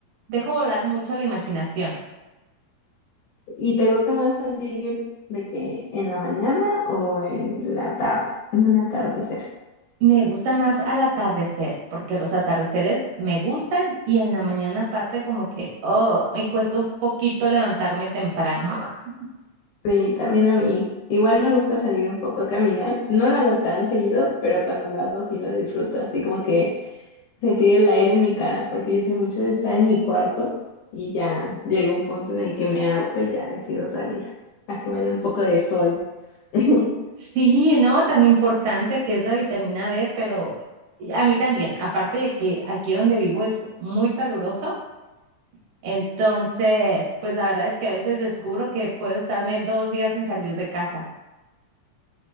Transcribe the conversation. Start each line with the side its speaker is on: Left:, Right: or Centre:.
Right: Dejo volar mucho la imaginación.
Left: ¿Y te gusta más salir de que en la mañana o en la tarde? En el atardecer.
Right: Me gusta más al atardecer, porque los atardeceres me gustan y en la mañana aparte como que, oh, me cuesta un poquito levantarme temprano. <laughs>
Left: Sí, también a mí. Igual me gusta salir un poco a caminar. No lo hago tan seguido, pero cuando lo hago sí lo disfruto. Así como que se tira el aire en mi cara, porque yo soy mucho de estar en mi cuarto y ya llega un punto en el que me harto y ya decido salir a que me dé un poco de sol. <laughs>
Right: Sí, ¿no? Tan importante que es la vitamina D, pero a mí también, aparte de que aquí donde vivo es muy caluroso, entonces, pues la verdad es que a veces descubro que puedo estarme dos días sin salir de casa.